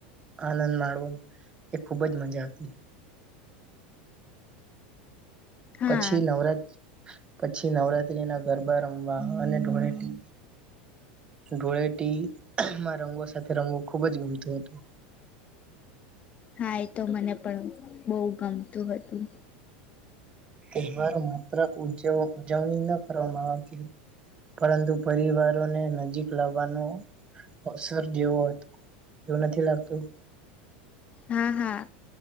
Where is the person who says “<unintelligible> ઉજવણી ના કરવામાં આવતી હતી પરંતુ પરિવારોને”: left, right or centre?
Right